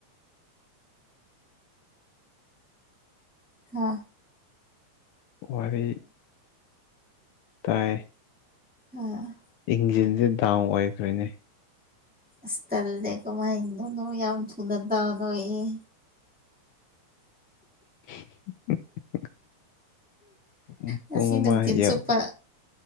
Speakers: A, in the centre; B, on the left.
A: ꯈꯥ
B: ꯋꯥꯔꯤ ꯇꯥꯏ
A: ꯍꯥ
B: ꯏꯡꯖꯤꯟꯖꯦ ꯗꯥꯎꯟ ꯑꯣꯏꯈ꯭ꯔꯦꯅꯦ
A: ꯑꯁ ꯇꯜꯂꯦ ꯀꯃꯥꯏꯅꯅꯣ ꯌꯥꯝ ꯊꯨꯅ ꯗꯥꯎꯟ ꯑꯣꯏꯌꯦ
B: <inaudible> ꯎꯝ
A: ꯉꯁꯤ
B: ꯄꯨꯡ ꯑꯃ
A: ꯅꯨꯡꯊꯤꯜ
B: ꯌꯧ
A: ꯆꯨꯞꯄ